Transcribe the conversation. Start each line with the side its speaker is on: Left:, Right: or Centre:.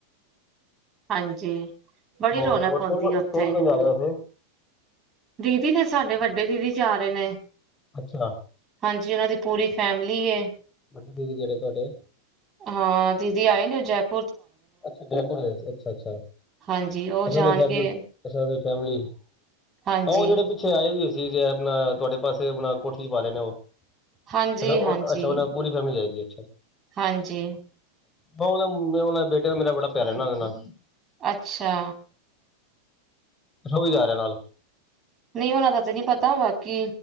Right: ਹਾਂਜੀ ਬੜੀ
Left: ਹੋਰ
Right: ਰੌਨਕ
Left: ਹੋਰ
Right: ਹੋਂਦੀ
Left: ਕੌਣ
Right: ਔਥੇ।
Left: ਕੌਣ ਕੌਣ ਜਾ ਰਿਹਾ ਵੈਸੇ
Right: ਦੀਦੀ ਨੇ ਸਾਡੇ ਵੱਡੇ ਦੀਦੀ ਜਾ ਰਹੇ ਨੇ,
Left: ਅੱਛਾ
Right: ਹਾਂਜੀ ਔਨਾਂ ਦੀ ਪੂਰੀ ਫੈਮਲੀ ਏ
Left: ਵੱਡੇ ਦੀਦੀ ਕਿਹੜੇ ਤੁਹਾਡੇ?
Right: ਹਾਂ ਦੀਦੀ ਆਏ ਨੇ ਜੈਪ
Left: ਅੱਛਾ, ਜੈੁਪੂਰ ਦੇ ਸੀ। ਅੱਛਾ-ਅੱਛਾ
Right: ਹਾਂਜੀ ਉਹ
Left: <unintelligible>
Right: ਜਾਣਗੇ
Left: ਫੈਮਿਲੀ,
Right: ਹਾਂਜੀ
Left: ਆ ਔ ਜਿਹੜੇ ਪਿੱਛੇ ਆਏ ਵੀ ਹੋਏ ਸੀ ਜੇ ਆਪਣਾ ਤੁਹਾਡੇ ਪਾਸੇ ਆਪਣਾ ਕੋਠ ਪਾ ਰਹੇ ਨੇ ਔ।
Right: ਹਾਂਜੀ
Left: ਅੱਛਾ-ਅੱਛਾ
Right: ਹਾਂਜੀ
Left: ਔਨਾਂ ਪੂਰੀ ਫੈਮਿਲੀ ਲਿਆਦੀ ਏ?
Right: ਹਾਂਜੀ।
Left: ਬ ਉਹ ਦੇ ਉਹ ਦੇ ਬੇਟੇ ਦਾ ਮੇਰਾ ਬੜਾ ਪਿਆਰਾ ਏ ਨਾ ਔਦੇ ਨਾਲ।
Right: ਅੱਛਾ।
Left: ਉਹ ਵੀ ਜਾ ਰਿਹਾ ਨਾਲ
Right: ਨਹੀਂ ਔਨਾਂ ਦਾ ਤੇ ਨਹੀਂ ਪਤਾ ਵਾ ਕੀ